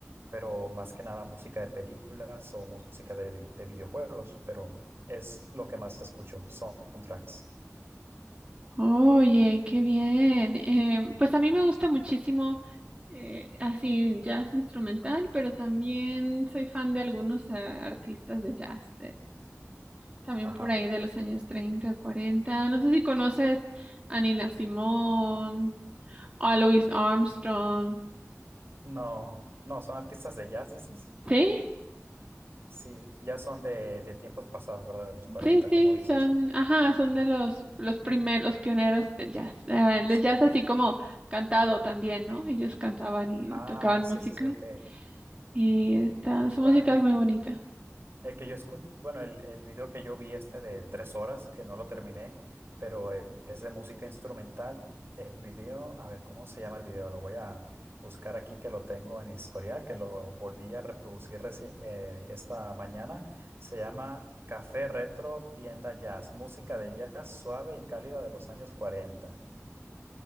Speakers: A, on the right (about 50°); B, on the right (about 25°).
A: pero más que nada música de películas o música de, vi- de videojuegos, pero es lo que más escucho, soundtracks.
B: oye, qué bien. Em, pues a mí me gusta muchísimo eh, así jazz instrumental, pero también soy fan de algunos eh, artistas de jazz. También
A: Ajá.
B: por ahí de los años 30, cuarenta No sé si conoces a Nina Simone, a Louis Armstrong.
A: No, no, son artistas de jazz, dices.
B: Sí,
A: Sí, ya son de, de tiempos pasados, ¿verdad? De los 40
B: sí, sí,
A: como dices.
B: son, ajá, son
A: Ah,
B: de los, los primeros, los pioneros del jazz. Eh, el
A: sí.
B: jazz así como cantado también, ¿no? Ellos cantaban y
A: Ah,
B: tocaban
A: sí,
B: música.
A: sí, sí, ok.
B: Y esta, su
A: Bueno,
B: música
A: el,
B: es muy bonita.
A: El que yo escuché, bueno, el, el video que yo vi este de tres horas, que no lo terminé, pero eh, es de música instrumental. El video, a ver, ¿cómo se llama el video? Lo voy a buscar aquí que lo tengo en historia, que lo volví a reproducir reci- eh, esta mañana. Se llama Café Retro Tienda Jazz, música de jazz suave y cálida de los años 40